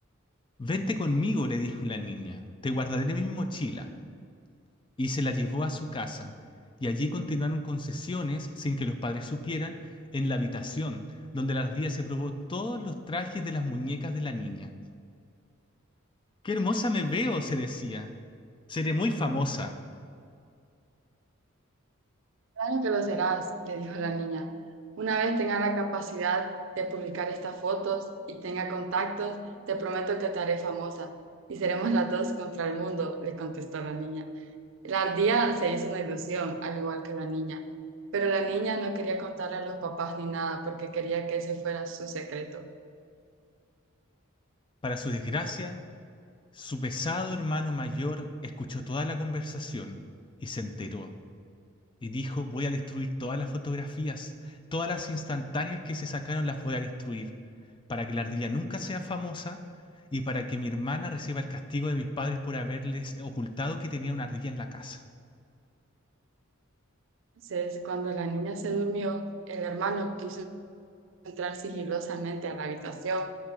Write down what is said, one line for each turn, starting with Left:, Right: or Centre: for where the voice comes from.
Left: Vente conmigo, le dijo la niña. Te guardaré en mi mochila. y se la llevó a su casa. Y allí continuaron con sesiones, sin que los padres supieran, en la habitación, donde la ardilla se probó todos los trajes de las muñecas de la niña. ¡Qué hermosa me veo! se decía. Seré muy famosa.
Right: Claro que lo serás, le dijo la niña. Una vez tenga la capacidad de publicar estas fotos y tenga contactos, te prometo que te haré famosa y seremos las dos contra el mundo, le contestó la niña. La ardilla se hizo una ilusión, al igual que la niña, pero la niña no quería contarle a los papás ni nada porque quería que ese fuera su secreto.
Left: Para su desgracia, su pesado hermano mayor escuchó toda la conversación y se enteró. Y dijo, voy a destruir todas las fotografías, todas las instantáneas que se sacaron las voy a destruir, para que la ardilla nunca sea famosa y para que mi hermana reciba el castigo de mis padres por haberles ocultado que tenía una ardilla en la casa.
Right: Entonces, cuando la niña se durmió, el hermano quiso entrar sigilosamente a la habitación